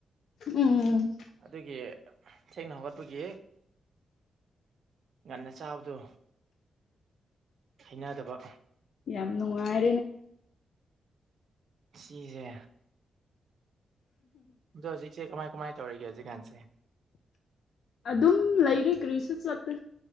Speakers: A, on the left; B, on the right.
A: ꯎꯝ
B: ꯑꯗꯨꯒꯤ ꯊꯦꯡꯅ ꯍꯧꯒꯠꯄꯒꯤ ꯉꯟꯅ ꯆꯥꯕꯗꯣ ꯍꯩꯅꯗꯕ
A: ꯌꯥꯝ ꯅꯨꯡꯉꯥꯏ
B: ꯁꯤꯤꯖꯦ ꯑꯗꯣ ꯍꯧꯖꯤꯛꯁꯦꯃꯥꯏ ꯀꯃꯥꯏ ꯇꯧꯔꯤꯒꯦ ꯍꯧꯖꯤꯛꯀꯥꯟꯁꯦ
A: ꯑꯗꯨꯝ ꯂꯩꯔꯦ ꯀ꯭ꯔꯤꯁꯨ ꯆꯠꯇꯦ